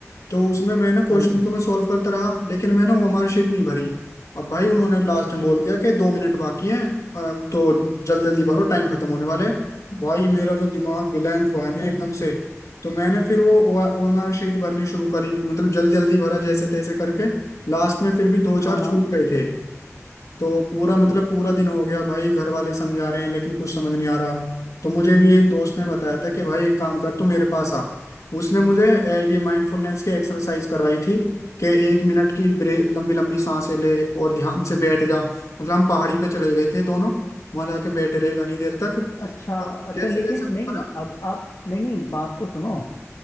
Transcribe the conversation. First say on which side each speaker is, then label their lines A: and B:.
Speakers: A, on the left; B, on the left.
A: तो उसमें मैं ना क्वेश्चन
B: हाँ जी
A: तो मैं सॉल्व करता रहा लेकिन मैंने ओ एम आर शीट नहीं भरी अब भाई उन्होंने लास्ट
B: हम्म
A: में बोल
B: हम्म
A: दिया कि दो मिनट बाकी हैं अ, तो जल्दी जल्दी भरो टाइम खत्म होने वाला है भाई मेरा तो दिमाग ब्लैंक हुआ है ना एकदम से तो मैंने फिर वो ओ एम आर शीट भरनी शुरू करी मतलब जल्दी जल्दी भरा जैसे तैसे करके लास्ट में फिर भी दो
B: हाँ
A: चार
B: हाँ
A: छूट गए थे तो पूरा मतलब
B: हम्म
A: पूरा दिन हो गया भाई घर वाले समझा रहे हैं लेकिन कुछ समझ नहीं आ रहा तो मुझे भी एक दोस्त ने बताया था कि भाई एक काम कर तू मेरे पास आ उसने मुझे अ, ये माइंडफुलनेस की एक्सरसाइज करवाई थी कि एक मिनट की ब्रे लंबी लंबी सांसें ले और ध्यान से बैठ जा मतलब हम पहाड़ी पे चले गए थे दोनों वहां जाके बैठे रहे घनी देर तक
B: अच्छा
A: और
B: अच्छा
A: जैसे
B: लेकिन
A: जैसे ऊपर
B: नहीं
A: आ-
B: अब आप नहीं नहीं बात तो सुनो